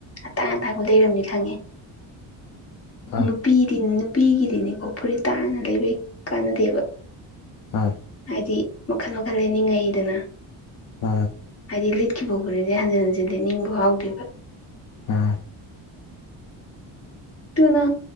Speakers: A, on the left; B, on the left.
A: ꯑꯇꯥꯡ ꯑꯇꯥꯡꯕ ꯂꯩꯔꯝꯅꯤ ꯈꯪꯉꯦ
B: ꯑꯥ
A: ꯅꯨꯄꯤꯗꯤ ꯅꯨꯄꯤꯒꯤꯗꯤꯅꯤꯀꯣ ꯐꯨꯔꯤꯠ ꯇꯥꯅ ꯂꯩꯕꯩ ꯀꯥꯟꯅꯗꯦꯕ
B: ꯎꯝ
A: ꯍꯥꯏꯗꯤ ꯃꯈꯜ ꯃꯈꯜ ꯂꯩꯅꯤꯡꯉꯩꯗꯅ
B: ꯎ
A: ꯍꯥꯏꯗꯤ ꯂꯤꯠꯈꯤꯕꯒꯅꯤꯗꯤ ꯍꯟꯖꯤꯟ ꯍꯟꯖꯤꯟꯗꯤ ꯅꯤꯡꯕ ꯍꯥꯎꯗꯦꯕ
B: ꯎꯝ
A: ꯇꯨꯅ